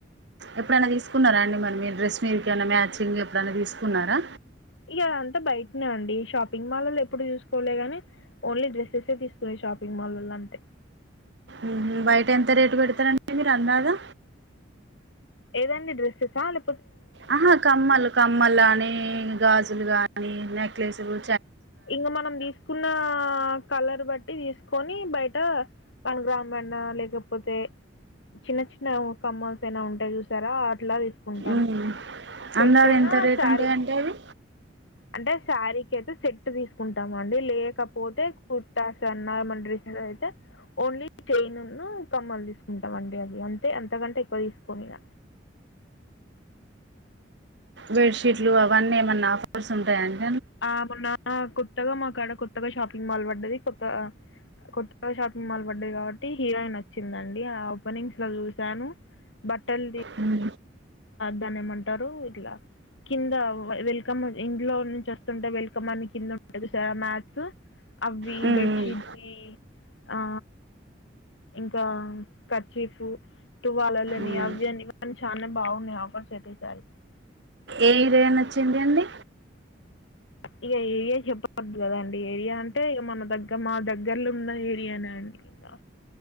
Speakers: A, on the right; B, on the left.
A: ఎప్పుడైనా తీసుకున్నారా అండి మరి మీ డ్రెస్ మీకు ఏమైనా మ్యాచింగ్ ఎప్పుడైనా తీసుకున్నారా.
B: ఇక అంతా బయటనే అండి షాపింగ్ మాల్ల్లు ఎప్పుడు చూసుకోలేగాని, ఓన్లీ డ్రెస్సెస్స్ తీసుకున్నాయి షాపింగ్ మాల్ల్ల అంటే
A: ఉహు బయట ఎంత రేటు పెడతారండి మీరు అంద్దగా
B: ఏదైనా డ్రెస్సెస్సా లే
A: ఆహా కమ్మల్ కమ్మలనే గాజులు గాని నెక్లెస్లు
B: ఇంకా మనం తీసుకున్న కలర్ బట్టి తీసుకొని బయట వన్ గ్రామ్ అయినా లేకపోతే చిన్న, చిన్న కమ్మల్స్ అయినా ఉంటాయి చూసారా అట్లా తీసుకుంటాం
A: ఊ
B: సెట్
A: అందు
B: అయినా
A: ఎంత రేట్
B: శారీ
A: ఉంటాయంటే అవి
B: అంటే శారీకి అయితే సెట్ తీసుకుంటాం అండి. లేకపోతే కుర్తాస్ అన్న, మన డ్రెస్ అయితే ఓన్లీ చైన్ను, కమ్మలు తీసుకుంటాం అండి. అది అంతే ఎంతకంటే ఎక్కువ తీసుకోనిక.
A: బెడ్ షీట్లు అవన్నీ ఏమన్నా ఆఫర్స్ ఉంటాయాండి.
B: ఆ మొన్న కోత్తక మా అక్కడ కొత్తగా షాపింగ్ మాల్ పడ్డది. కొత్త కొత్తగా షాపింగ్ మాల్ పడ్డది. కాబట్టి హీరోయిన్ వచ్చిందండి ఆ ఓపెనింగ్స్ లో చూసాను. బట్టలు
A: హ్మ్
B: దాన్ని ఏమంటారు ఇట్లా కింద వెల్కమ్ ఇంట్లో నుంచి వ ఉంటా వెల్కమ్ అని కింద ఉంటది సార్. మ్యాట్స్, అవి
A: హ్మ్ హ్మ్
B: బెడ్షీట్స్ ఆ ఇంకా క్యాచిఫ్, తువాలలని
A: హ్మ్.
B: అవి అని అన్ని చాలా బాగున్నాయి ఆఫర్స్ అయితే సార్.
A: ఏ ఇదయా న వచ్చింది అండి.
B: ఇక ఏరియా చెప్పవదు కదండి ఏరియా అంటే ఇక మన దగ్గర మా దగ్గర్లో ఉన్న ఏరియానే అండి ఇంకా.